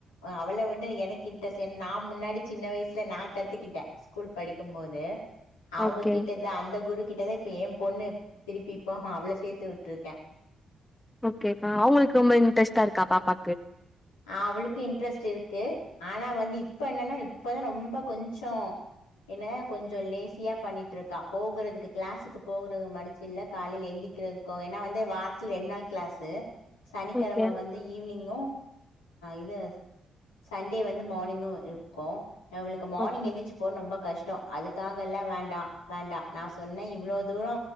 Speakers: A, on the left (about 85°); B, on the left (about 20°).
A: அவள விட எனக்கு இன்ட்ரெஸ்ட் நா முன்னாடி சின்ன வயசுல நா கத்துக்கிட்டே ஸ்கூல் படிக்கூ போது அவுங்க
B: ஓகே
A: கிட்டதா அந்த குரு கிட்டத இப்ப ஏன் பொண்ணு திருப்பி இப்போ அவள சேத்து விட்டுருக்கே
B: ஓகேப்பா அவுங்களுக்கு ரொம்ப இன்ட்ரெஸ்டா இருக்கா பாப்பா
A: அ அவுளுக்கு இன்ட்ரெஸ்ட் இருக்கு ஆனா வந்து இப்ப என்னன்னா இப்பதா ரொம்ப கொஞ்சோ என்ன கொஞ்சோ லேசியா பண்ணிட்டு இருக்கா போகறிறதுக்கு கிளாஸுக்கு போகறது மடிச்சு இல்ல காலைல எந்திக்கிறதுக்கொ ஏன்னா வந்து வாரத்துல ரெண்டு நாள் கிளாஸு சனிக்கெழம
B: ஓகே
A: வந்து ஈவ்னிங் இது சண்டே வந்து மார்னிங்கூ இருக்கூ அவளுக்கு மார்னிங்
B: ஓகே
A: எந்திச்சி ரொம்ப கஷ்டோ அதுக்காகல்ல வேண்டா வேண்டா நா சொன்னே இவ்ளோ தூரோ